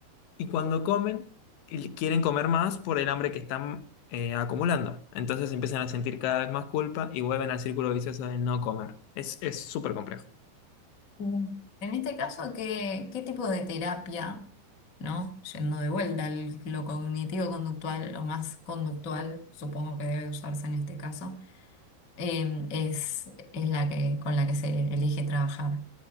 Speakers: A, on the left; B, on the left.
A: y cuando comen, y quieren comer más por el hambre que están eh, acumulando. Entonces empiezan a sentir cada vez más culpa y vuelven al círculo vicioso de no comer. Es, es súper complejo.
B: Mm. En este caso, ¿qué, qué tipo de terapia, ¿no? Yendo de vuelta al- lo cognitivo-conductual, lo más conductual, supongo que debe usarse en este caso, eh, es, es la que, con la que se elige trabajar.